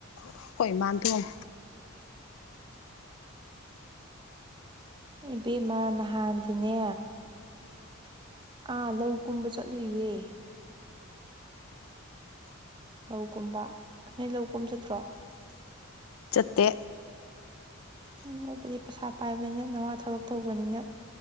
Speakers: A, on the left; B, on the right.
A: ꯑꯈꯣꯏ ꯏꯃꯥꯟ ꯊꯣꯡ
B: ꯎꯝ ꯏꯕꯦꯝꯃꯥ ꯅꯍꯥꯟꯗꯤꯅꯦ ꯑꯥ ꯂꯧ ꯀꯨꯝꯕ ꯆꯠꯂꯨꯏꯌꯦ ꯂꯧꯀꯨꯝꯕ ꯅꯣꯏ ꯂꯧ ꯀꯨꯝ ꯆꯠꯇ꯭ꯔꯣ
A: ꯆꯠꯇꯦ
B: ꯎꯝ ꯕꯗꯤ ꯄꯩꯁꯥ ꯄꯥꯏꯕꯅꯤꯅ ꯅꯋꯥ ꯊꯕꯛ ꯇꯧꯕꯅꯤꯅ